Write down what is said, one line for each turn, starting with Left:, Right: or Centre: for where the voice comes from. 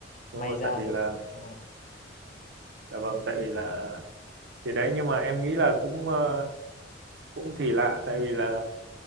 Right: đúng
Left: may
Right: rồi
Left: ra
Right: tại vì
Left: mới
Right: là
Left: đúng rồi
Right: dạ vâng tại vì là thì đấy nhưng mà em nghĩ là cũng ờ, cũng kỳ lạ tại vì là